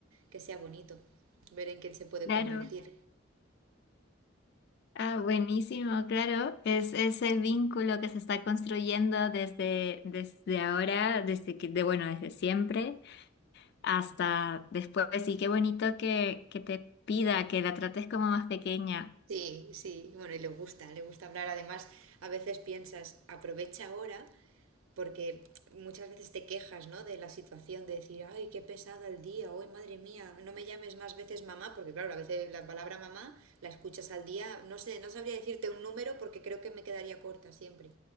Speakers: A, on the right; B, on the left.
A: que sea bonito, ver en quién se puede
B: Claro.
A: convertir.
B: Ah, buenísimo, claro. Es ese vínculo que se está construyendo desde, desde ahora, desde que, de, bueno, desde siempre hasta después. Y qué bonito que, que te pida que la trates como más pequeña.
A: Sí, sí, bueno, y le gusta, le gusta hablar. Además, a veces piensas, aprovecha ahora, porque muchas veces te quejas, ¿no? De la situación, de decir, ay, qué pesada el día, hoy, madre mía, no me llames más veces mamá, porque claro, a veces la palabra mamá la escuchas al día, no sé, no sabría decirte un número porque creo que me quedaría corta siempre.